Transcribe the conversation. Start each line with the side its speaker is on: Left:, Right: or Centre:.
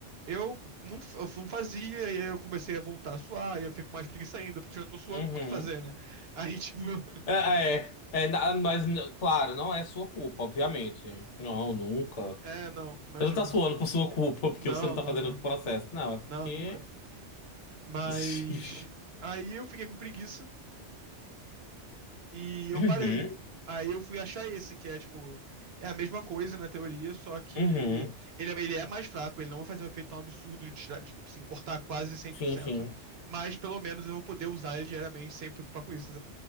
Right: eu não, f- eu não fazia, e aí eu comecei a voltar a suar, e eu fico mais preguiça ainda, porque eu já tô suando,
Left: Uhum.
Right: por que fazer, né? Aí, tipo, <laughs>
Left: É, é, é, na- mas, n- claro, não é sua culpa, obviamente. Não, nunca.
Right: é, não, imagina.
Left: Você não tá suando por sua culpa, porque
Right: Não,
Left: você não tá
Right: não,
Left: fazendo
Right: não.
Left: o processo. Não, é porque.
Right: Não, nunca. Mas
Left: <laughs>
Right: aí eu fiquei com preguiça e eu
Left: Uhum.
Right: parei. Aí eu fui achar esse, que é tipo, é a mesma coisa na teoria, só que
Left: Uhum.
Right: ele, é- ele é mais fraco, ele não vai fazer um efeito tão absurdo de, tirar, de assim, cortar quase cem por
Left: Sim,
Right: cento
Left: sim.
Right: mas pelo menos eu vou poder usar ele diariamente sem me preocupar com isso,